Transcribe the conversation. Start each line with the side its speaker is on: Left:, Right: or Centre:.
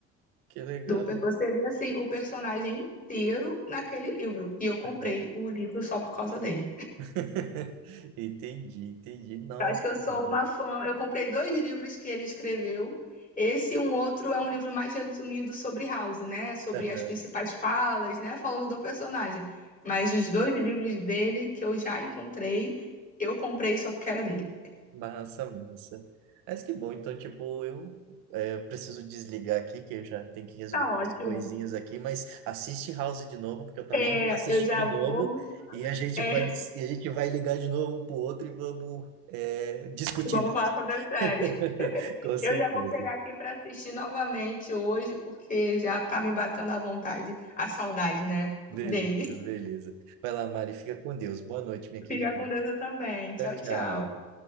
Right: que legal.
Left: Do, per- você vê, assim, o personagem inteiro naquele livro. E eu comprei
Right: Aham.
Left: o livro só por causa dele.
Right: <laughs> Entendi, entendi. Nossa,
Left: Acho que eu sou
Right: mano.
Left: uma fã. Eu comprei dois livros que ele escreveu. Esse e um outro é um livro mais resumido sobre House, né? Sobre
Right: Aham.
Left: as principais falas, né? Falando do personagem. Mas os dois livros dele que eu já encontrei, eu comprei só porque era dele.
Right: Massa, massa. Mas que bom, então, tipo, eu é, preciso desligar aqui, que eu já tenho que resolver
Left: Tá ótimo.
Right: umas coisinhas aqui, mas assiste House de novo, porque eu também
Left: É,
Right: vou assistir
Left: eu já
Right: de
Left: vou.
Right: novo, e a gente
Left: é,
Right: vai, e a gente vai ligar de novo um pro outro e vamos é, discutir
Left: <laughs> vamos falar
Right: House.
Left: sobre a série.
Right: <laughs> Com
Left: Eu
Right: certeza.
Left: já vou pegar aqui para assistir novamente hoje, porque já tá me batendo a vontade, a saudade, né?
Right: Beleza,
Left: Dele.
Right: beleza. Vai lá, Mari, fica com Deus. Boa noite, minha
Left: <laughs>
Right: querida.
Left: Fica com Deus eu também. Tchau,
Right: Tchau, tchau.
Left: tchau.